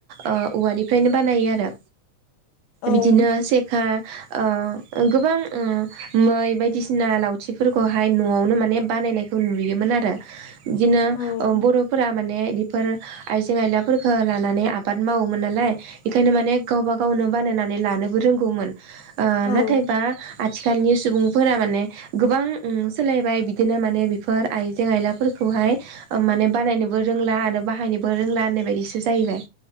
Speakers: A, on the right; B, on the left.
A: ओ औवानिफ्रायनो बानायो आरो
B: औ
A: बिदिनो सेखा ओ गोबां ओ मै बायदिसिना लावथिफोरखौहाय नआवनो माने बानायनायखौ नुयोमोन आरो बिदिनो
B: औ
A: ओ बर'फोरा माने बेफोर आइजें आयलाफोरखौ लानानै आ बाद मावोमोन नालाय बेखायनो माने गावबा गावनो बानायनानै लानोबो रोंगौमोन ओ
B: औ
A: नाथायबा आथिखालनि सुबुंफोरा माने गोबां उ सोलायबाय बिदिनो माने बेफोर आइजें आइलाफोरखौहाय ओ माने बानायनोबो रोंला आरो बाहायनोबो रोंला होननाय बायदिसो जाहैबाय।